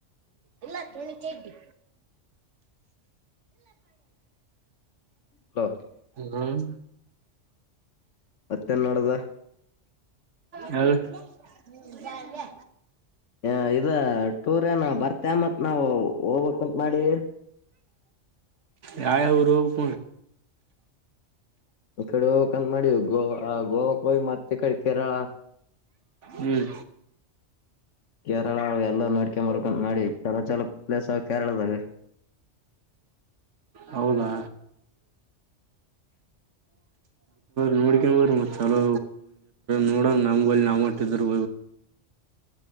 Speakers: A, on the right; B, on the left.
A: ಇಲ್ಲ ತುಣಿ ಚಡ್ಡಿ
B: ಹಲೋ
A: ಹ್ಮ್
B: ಮತ್ತೆನ್ನಡದ
A: ಹೇಳ್ ಲ್ಲ
B: ಹ ಇದ ಟೂರ್ ಏನ ಬರ್ತೇ ಮತ್ ನಾವವು ಹೋಗ್ಬೇಕಕ್ಂತ ಮಾಡಿ
A: ಯಾವ ಊರು ಪ
B: ಕಡೆ ಹೋಗಕಂತ ಮಾಡಿ ಗೋವಾ ಗೋವಾಕ್ಕೆ ಹೋಗಿ ಮತ್ತೆ ತ ಕಡೆ ಕೇರಳ
A: ಹ್ಮ್
B: ಕೇರಳ ಎಲ್ಲಾ ನೋಡ್ಕೊಂಡ್ ಬರ್ಕ ನೋಡಿ ಚಲ ಚಲ ಪ್ಲೇಸ್ ಕೇರಳದಾವ
A: ಹೌದಾ ನೋಡಿ ಬ ಚಲೋ ನೋಡಂಗ ನಮ್ ನಾವ ಹೊಟ್ಟಿದರು